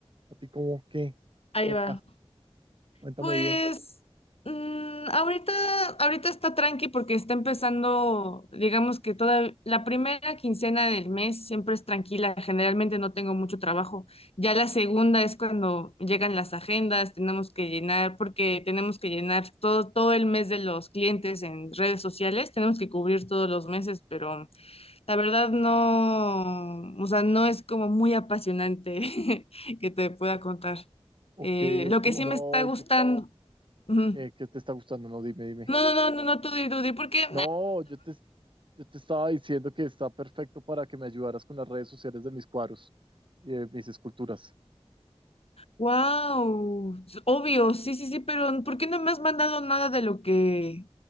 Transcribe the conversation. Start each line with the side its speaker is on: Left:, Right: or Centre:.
Right: ¿A ti cómo qué?
Left: Ahí
Right: Cuenta,
Left: va.
Right: cuéntame
Left: Pues
Right: bien.
Left: mm, ahorita, ahorita está tranqui porque está empezando, digamos que toda la primera quincena del mes siempre es tranquila, generalmente no tengo mucho trabajo. Ya la segunda es cuando llegan las agendas, tenemos que llenar, porque tenemos que llenar todo, todo el mes de los clientes en redes sociales, tenemos que cubrir todos los meses, pero La verdad no, o sea, no es como muy apasionante <laughs> que te pueda contar.
Right: Ok,
Left: Eh, lo
Right: ok.
Left: que sí
Right: No,
Left: me está gustando.
Right: yo,
Left: ujú.
Right: ¿qué, qué te está gustando? No, dime, dime.
Left: No, no, no, no, no, tú di, tú di, porque.
Right: No, yo te, yo te estaba diciendo que está perfecto para que me ayudaras con las redes sociales de mis cuadros y de mis esculturas.
Left: wow, obvio, sí, sí, sí, pero ¿por qué no me has mandado nada de lo que,